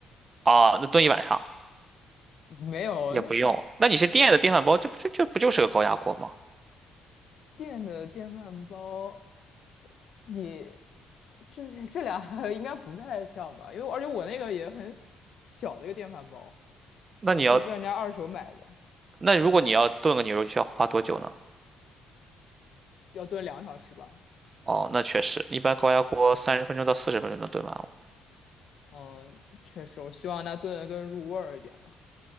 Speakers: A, on the right (about 35°); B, on the left (about 65°).
A: 啊？那炖一晚上
B: <laughs> 没有那改
A: 也不用。那你是电的电饭煲，这不就这不就是个高压锅吗？
B: 电的电饭煲，你这这俩 <laughs> 应该不太像吧？因为而且我那个也很小的一个电饭煲，
A: 那你要
B: 我是跟人家二手买的，
A: 那如果你要炖个牛肉，需要花多久呢？
B: 要炖两小时吧。
A: 哦，那确实，一般高压锅三十分钟到四十分钟能炖完了。
B: 嗯，确实，我希望它炖的更入味儿一点吧。